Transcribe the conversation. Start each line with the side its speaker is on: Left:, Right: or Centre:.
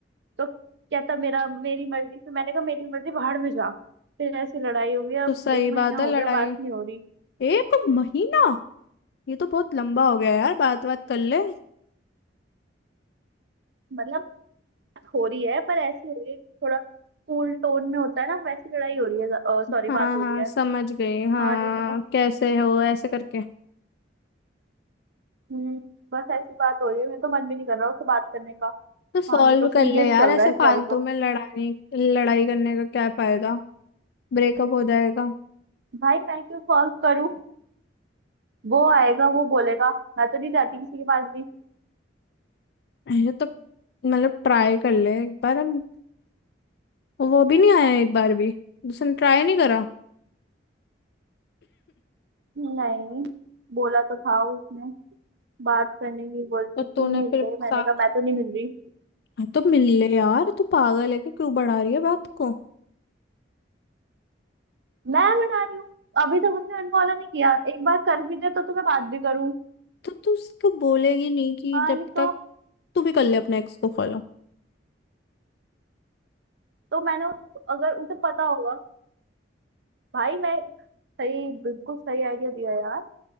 Right: तो कहता मेरा मेरी मर्जी फिर मैंने कहा मेरी मर्जी बाहर में जा फिर ऐसी लड़ाई हो गई
Left: तो
Right: अब
Left: सही
Right: एक
Left: बात
Right: महीना हो
Left: है लड़ाई
Right: गया बात नहीं हो रही
Left: एक महीना ये तो बहुत लंबा हो गया यार बात बात कर ले
Right: मतलब बात हो रही है पर ऐसी हो रही है थोड़ा कूल टोन में होता है ना वैसी लड़ाई हो रही है सॉरी
Left: हाँ
Right: बात हो
Left: हाँ
Right: रही है
Left: समझ गई हाँ
Right: हाँ नहीं तो
Left: कैसे हो ऐसे करके
Right: हम्म बस ऐसी बात हो रही है मेरे तो मन भी नहीं कर रहा उससे बात करने का
Left: तो सॉल्व
Right: हाँ नहीं तो
Left: कर
Right: सीरियस
Left: ले यार
Right: चल
Left: ऐसे
Right: रहा है इस
Left: फालतू
Right: बारी तो
Left: में लड़ाने लड़ाई करने का क्या फायदा ब्रेकअप हो जाएगा
Right: भाई मैं क्यों सॉल्व करूं वो आएगा वो बोलेगा मैं तो नहीं जाती किसी के पास भी
Left: ये तो मतलब ट्राई कर ले एक बार हम वो भी नहीं आया एक बार भी उसने ट्राई नहीं करा
Right: नहीं बोला तो था उसने बात करने की बोली थी
Left: तो
Right: कि
Left: तूने
Right: मिल
Left: फिर
Right: ले
Left: सा...
Right: मैंने कहा मैं तो नहीं मिल रही
Left: हाँ, तो मिल ले यार तू पागल है कि क्यों बढ़ा रही है बात को
Right: मैं बना रही हूँ अभी तक उसने अनफॉलो नहीं किया एक बार कर भी दे तो तुम्हें बात भी करूँ
Left: तो तू उसको बोलेगी नहीं कि
Right: हाँ
Left: जब
Right: नहीं
Left: तक
Right: तो
Left: तू भी कर ले अपने एक्स को फॉलो
Right: तो मैंने उस, अगर उसे पता होगा भाई मैं सही बिल्कुल सही आइडिया दिया यार